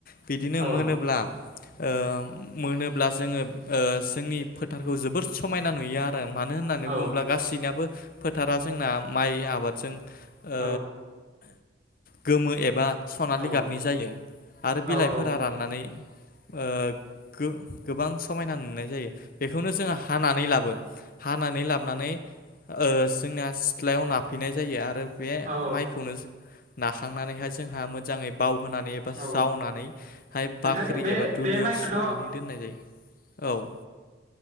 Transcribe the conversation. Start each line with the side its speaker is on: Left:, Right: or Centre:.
Left: बिदिनो
Right: नों
Left: मोनोब्ला। ओ मोनोब्ला जोङो ओ जोंनि फोथारखौ जोब बोर समायना नुयो आ रो मानो होननानै
Right: औ
Left: बुङोब्ला गासैनिाबो फोथा रा जों ना माइ आबादजों
Right: औ
Left: ओ गोमो ए बा सनालिगाबनि
Right: औ
Left: जायो आरो
Right: औ
Left: बिलाइफोरा राननानै ओ गो गोबां समायना नुनाय जायो। बेखौनो जोंहा नानै लाबो हानानै लाबोनानै ओ जोंनिया सिथ्लायाव नाफैनाय जायो आरो बे
Right: औ
Left: माइखौनो नाखांनानैहाय जोंहा मोनथाय जाङै बावहोनानै एबा
Right: औ
Left: जावनानैहाय
Right: नोंथां
Left: बाख्रि
Right: बे
Left: एबा दुलियाव
Right: बे माइखौथ'
Left: सोनानै दोननाय जायो औ।